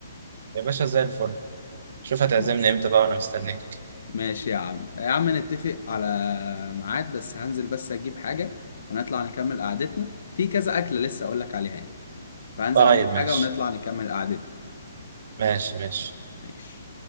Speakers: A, on the right; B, on the left.
A: يا باشا زي الفل شوف
B: خلاص
A: هتعزمني امتى بقى وانا مستنيك
B: ماشي يا عم يا عم نتفق على ميعاد بس هنزل بس اجيب حاجة ونطلع نكمل قعدتنا في كذا أكلة لسه اقول لك عليها يعني فهنزل
A: طيب
B: اجيب
A: ماشي
B: حاجة ونطلع نكمل قعدتنا
A: ماشي ماشي
B: ماشي